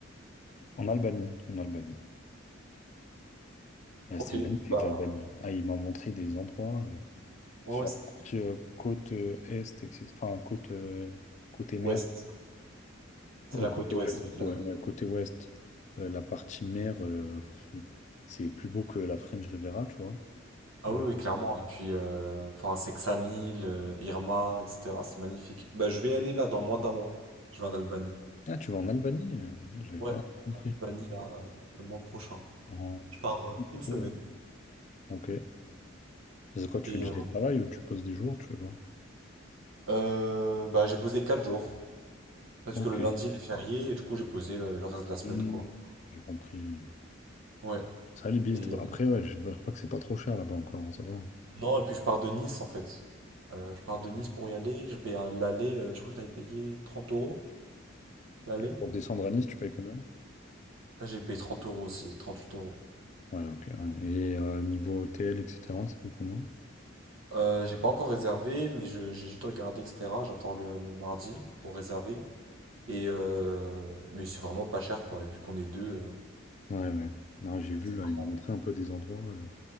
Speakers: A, on the left; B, on the right.
A: En Albanie. En Albanie. Euh,
B: Ok,
A: c'est magnifique,
B: bah,
A: l'Albanie. Ah, il m'a montré des endroits euh,
B: ouais,
A: sur
B: ouais, c'est
A: la partie euh, côte euh, est, etc. Enfin, côte, euh, côté mer.
B: ouest, c'est
A: Au
B: la
A: côté
B: côte ouest,
A: ouest, du
B: ouais, de
A: coup,
B: la
A: ouais,
B: Mongolie.
A: ouais, côté ouest. Euh, la partie mer, euh, pff, c'est plus beau que la French Riviera, tu vois.
B: Ah
A: Euh,
B: oui, oui, clairement. Et puis, euh, enfin, c'est Ksamil, euh, Irma, etc. C'est magnifique. Bah, je vais aller là dans moins d'un mois. Je vais en Albanie.
A: ah, tu vas en Albanie? euh, J'avais
B: Ouais,
A: pas compris.
B: Albanie là, euh, le mois prochain.
A: En
B: Je pars euh,
A: Du
B: une
A: coup,
B: semaine.
A: ouais. Ok. C'est quoi, tu
B: Et
A: fais du
B: euh,
A: télétravail ou tu poses des jours, tu fais quoi?
B: euh, bah, j'ai posé quatre jours. Parce
A: Ok.
B: que le lundi il est férié et du coup j'ai posé le, le reste de la semaine
A: Hmm,
B: quoi.
A: J'ai compris.
B: Ouais.
A: Ça, les billets,
B: Et
A: c'était
B: euh,
A: pas- après, ouais, je, bah, je crois que c'est pas trop cher là-bas encore, hein, ça va.
B: non, et puis je pars de Nice en fait. Euh, je pars
A: Ok.
B: de Nice pour y aller. J'ai payé un- l'aller, euh, je crois que j'avais payé trente euros l'aller.
A: Et pour descendre à Nice, tu payes combien?
B: Ah, J'ai payé 30 euros aussi, trente-huit euros.
A: Ouais, ok. ouais. Et euh, niveau hôtel, etc., ça coûte combien?
B: Euh, j'ai pas encore réservé, mais je- j'ai juste regardé, etc. J'attends le, le mardi pour réserver. Et euh, mais c'est vraiment pas cher quoi. Et vu qu'on est deux, euh,
A: Ouais, ouais. Non, j'ai vu
B: ça
A: là, ils m'ont montré un peu des endroits. euh,